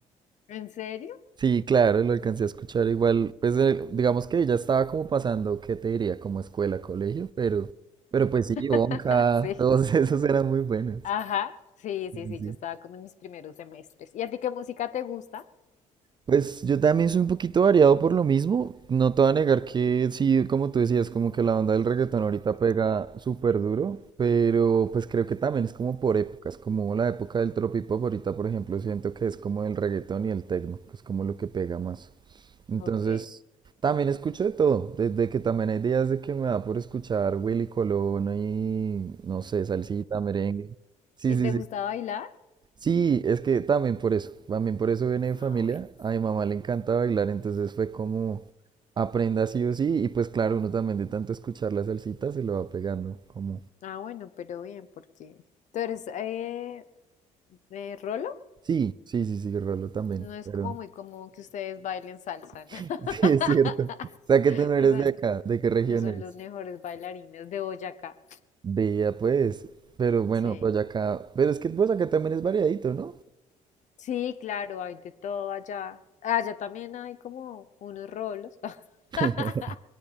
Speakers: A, on the left (about 60°); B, on the right (about 35°).
A: ¿En serio?
B: Sí, claro, lo alcancé a escuchar igual. Pues el- digamos que ya estaba como pasando, ¿qué te diría? Como escuela, colegio, pero, pero pues sí, Bonka,
A: <laughs> Sí.
B: todos <laughs> esos eran muy buenos.
A: Ajá. Sí,
B: Sí,
A: sí,
B: sí,
A: sí,
B: sí.
A: yo estaba como en mis primeros semestres. ¿Y a ti qué música te gusta?
B: Pues yo también soy un poquito variado por lo mismo. No te voy a negar que sí, como tú decías, como que la onda del reggaetón ahorita pega súper duro, pero pues creo que también es como por épocas, como la época del tropipop ahorita, por ejemplo, siento que es como el reggaetón y el tecno, que es como lo que pega más. Entonces,
A: Ok.
B: también escucho de todo, desde que también hay días de que me da por escuchar Willy Colón y, no sé, salsita, merengue. Sí,
A: ¿Y
B: sí,
A: te
B: sí.
A: gusta bailar?
B: Sí, es que también por eso, también por eso viene de familia.
A: Ah, bueno.
B: A mi mamá le encanta bailar, entonces fue como aprenda sí o sí. Y pues claro, uno también de tanto escuchar la salsita se lo va pegando, como
A: Ah, bueno, pero bien, porque tú eres eh, eh, Rolo.
B: sí, sí, sí, sí, Rolo también,
A: No es
B: pero
A: como muy común que ustedes bailen salsa, ¿no?
B: <laughs>
A: <laughs>
B: sí, es cierto. O sea que tú no eres
A: No son,
B: de acá, ¿de qué región
A: no son
B: eres?
A: los mejores bailarines de Boyacá.
B: Vea pues, pero bueno,
A: Sí.
B: Boyacá, pero es que Boyacá también es variadito, ¿no?
A: Sí, claro, hay de todo allá. Ah, Allá también hay como unos rolos <laughs>
B: <laughs>